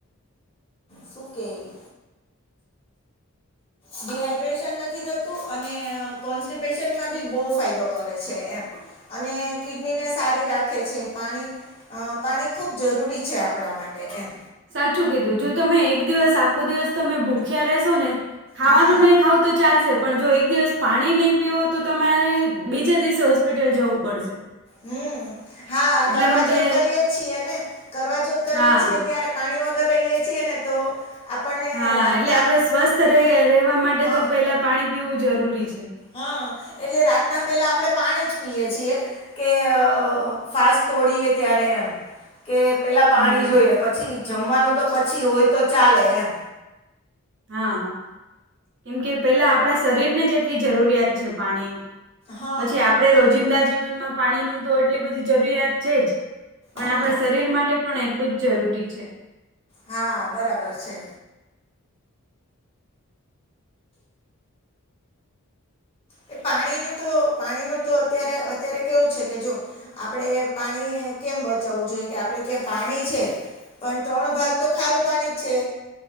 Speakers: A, on the left; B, on the right.
A: શું કેય ડિહાઈડ્રેશન નથી થતું અને કોન્સ્ટિપેશનમાં ભી બહુ ફાયદો કરે છે એમ. અને કિડની ને સારી રાખે છે પાણી અ પાણી ખૂબ જરૂરી છે આપણા માટે એમ.
B: સાચું કીધું જો તમે એક દિવસ આખો દિવસ તમે ભૂખ્યા રહેશો ને ખાવાનું
A: હમ
B: નહિ ખાવ તો ચાલશે પણ જો એક દિવસ પાણી નહી પીવો તો તમારે બીજા દિવસે હોસ્પિટલ જવું પડશે.
A: હમ્મ, હા
B: એટલા
A: કરવાચોથ
B: માટે
A: કરીએે છીએ ને કરવાચોથ કરીએ
B: હા
A: છીએ ત્યારે પાણી વગર રહીએ. છીએ ને તો આપણને
B: હા,
A: રાતના
B: એટલે આપડે સ્વસ્થ રે રહેવા માટે
A: હા
B: તો પહેલા પાણી પીવું જરૂરી છે.
A: હા, એટલે રાતના પહેલા આપડે પાણી જ પીયે છીએ. કે ફાસ તોડીએ ત્યારે એમ. કે પહેલાં
B: હમ
A: પાણી જોઈએ પછી જમવાનું તો પછી હોય તો ચાલે એમ.
B: હા, કેમ કે પહેલા આપડા શરીરને જેટલી જરૂરિયાત છે પાણીની.
A: હા
B: પછી આપડે રોજિંદા જીવનમાં પાણીનું તો એટલી બધી જરૂરિયાત છે જ. પણ
A: હમ
B: આપણા શરીર માટે પણ એટલું જ જરૂરી છે.
A: હા, બરાબર છે. એ પાણીને તો પાણીનું તો અત્યારે, અત્યારે કેવું છે કે જો આપડે પાણી કેમ બચાવવું જોઈએ કે આપડે ત્યાં પાણી છે. પણ ત્રણ ભાગ તો ખારું પાણી જ છે